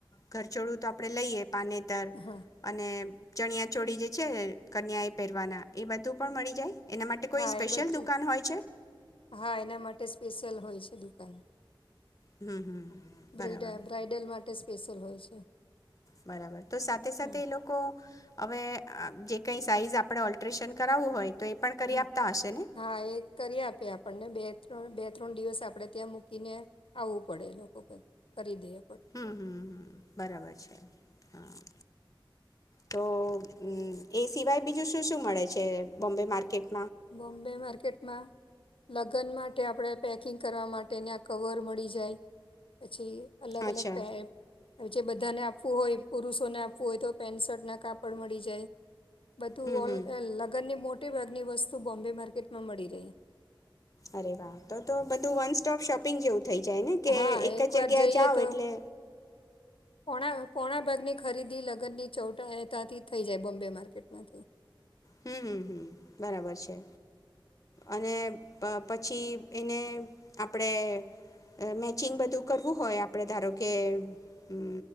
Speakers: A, on the left (about 40°); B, on the left (about 85°).
A: ઘરચોડું તો આપડે લઈએ પાને.
B: હા
A: અને. ચણિયા ચોળી જે છે. કન્યાએ પહેરવાના એ બધું. પણ મળી જાય. એના માટે કોઈ
B: હા
A: સ્પેશિયલ
B: એ બધું
A: દુકાન હોય છે.
B: હા એના માટે સ્પેશિયલ હોય છે દુકાન.
A: હમ હમ. બરાબર
B: બ્રડ બ્રાઇડલ માટે. સ્પેશસયલ હોય છે.
A: બરાબર તો સાથે સાથે
B: હમ
A: એ લોકો. હવે જે કંઈ સાઈઝ આપણે ઓલ્ટરેેશન કરાવવું હોય તો એ. પણ કરી
B: હ
A: આપતા હશે ને
B: હા એ કરી આપી આપણને બે. ત્રણ બે ત્રણ દિવસ આપણે ત્યાં મૂકીને આવવું પડે લોકો કરી દેએ.
A: હમ હમ બરાબર છે. હ તોમ એ સિવાય બીજું શું શું મળે છે બોમ્બે માર્કેટ.
B: બોમ્બે માર્કેટમાં લગ્ન માટે. માટે આપણે પેકિંગ કરવા માટેને આ કવર મળી જાય પછી. અલગ
A: અચ્છા
B: અલગ પ હવે જે બધાને આપવું હોય પુરુષોને આપવું હોય તો પેન્ટ શર્ટના કાપડ મળી જાય. બધું
A: હમ
B: ઓ
A: હમ
B: લગ્નની મો <unintelligible> બસ. શું બોમ્બે માર્કેટમાં મળી રહી.
A: અરે વાહ તો તો બધું વન સોપ શોપિંગ જેવું થઇ જ. જને કે
B: હા
A: એક
B: એકવાર
A: જ જગ્યા
B: જઈએ
A: જાવ
B: તો
A: એટલે.
B: પોણા પોણા ભાગની ખરીદી લગ્નની ચૌટા અહેતાથી થઈ જાય બોમ્બે માર્કેટમાંથી.
A: હમ્મ હમ્મ બરાબર છે. અને પછી એને આપડે મેચિંગ બધું કરવું હોય આપડે ધારો કે. કે.